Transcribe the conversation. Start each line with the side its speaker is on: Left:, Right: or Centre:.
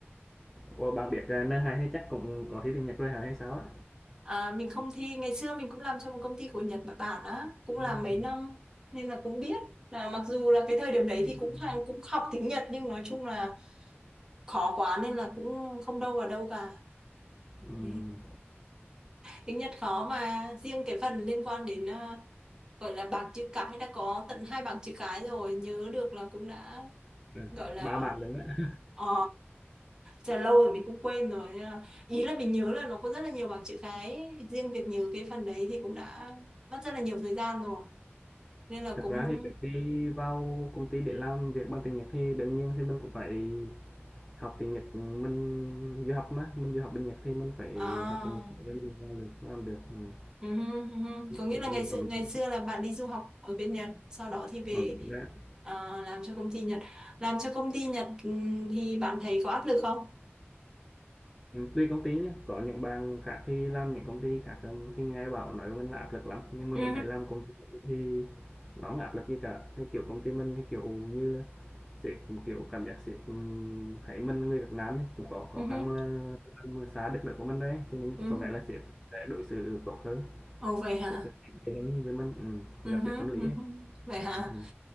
Centre: ủa, bạn biết, à, n thì chắc cũng có thi tiếng Nhật rồi hả hay sao á?
Right: à, mình không thi ngày xưa mình cũng làm cho một công ty của Nhật Bản Bản á cũng
Centre: Ừm.
Right: làm mấy năm nên là cũng biết là mặc dù là cái thời điểm đấy
Centre: Ừm,
Right: thì cũng hàng cũng học tiếng Nhật nhưng nói chung là khó quá nên là cũng không đâu vào đâu cả <laughs>
Centre: ừm,
Right: tiếng Nhật khó mà riêng cái phần liên quan đến à, gọi là bảng chữ cái đã có tận hai bảng chữ cái rồi nhớ được là cũng đã
Centre: ừ,
Right: gọi là
Centre: 3 bạn lớn á.
Right: ờ Chà, lâu rồi mình cũng quên rồi nhưng mà ý là mình nhớ là nó có rất là nhiều bảng chữ cái riêng việc nhớ cái phần đấy thì cũng đã mất rất là nhiều thời gian rồi nên là
Centre: thật
Right: cũng
Centre: ra thì trước khi vào công ty để làm việc bằng tiếng Nhật thì đương nhiên thì mình cũng phải học tiếng Nhật, mình du học mà, mình du học bên Nhật thì mình phải
Right: à
Centre: học tiếng Nhật để mình vào được, làm được, ừm.
Right: ừ, ừ, ừ. có nghĩa
Centre: để
Right: là
Centre: công
Right: ngày
Centre: được
Right: xưa
Centre: làm việc.
Right: ngày xưa là bạn đi du học ở bên Nhật sau đó thì về
Centre: Ừm, đúng đó á.
Right: à, làm cho công ty Nhật làm cho công ty Nhật ừ, thì bạn thấy có áp lực không
Centre: tuy công ty nhá, có những bạn khác thì làm những công ty khác, thì nghe bảo nói mình là áp lực lắm, nhưng mà
Right: ừ,
Centre: mình thấy làm công ty thì nó không áp lực gì cả. Thì, kiểu, công ty mình thì, kiểu như là, sếp, kiểu, cảm giác sếp, ừm, thấy mình người Việt Nam ấy, cũng có khó
Right: ừ,
Centre: khăn
Right: ừ,
Centre: là làm xa đất nước của mình rồi cho nên
Right: ừ.
Centre: có vẻ là sếp sẽ đối xử tốt hơn,
Right: Ồ vậy hả
Centre: sếp sẽ kính kể với mình, ừm,
Right: Ừ
Centre: gặp
Right: hứ,
Centre: sếp tâm lý
Right: ừ
Centre: ấy.
Right: hứ. Vậy hả?
Centre: Ừm,